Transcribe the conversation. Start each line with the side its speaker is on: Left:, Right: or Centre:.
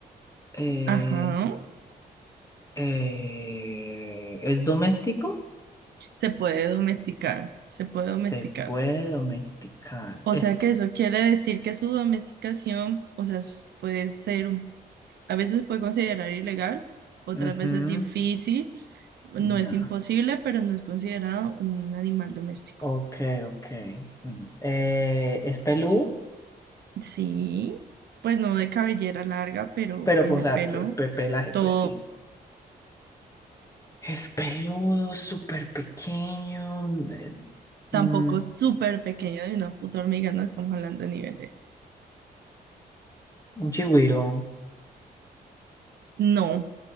Left: Eh,
Right: Ajá.
Left: eh, ¿es doméstico?
Right: Se puede domesticar. Se puede
Left: Se
Right: domesticar.
Left: puede domesticar.
Right: O
Left: Es...
Right: sea que eso quiere decir que su domesticación, o sea, s- puede ser un, a veces se puede considerar ilegal, otras
Left: ujú,
Right: veces difícil. No
Left: No.
Right: es imposible, pero no es considerado un animal doméstico.
Left: Ok, ok. Mm, eh, ¿es peludo?
Right: Sí, pues no de cabellera larga, pero
Left: Pero
Right: tiene
Left: pues,
Right: pelo.
Left: a pe- pelaje,
Right: Todo
Left: pues sí. Es peludo, súper pequeño. eh, mm,
Right: tampoco súper pequeño de una puta hormiga, no estamos hablando de niveles.
Left: un chigüiro.
Right: No,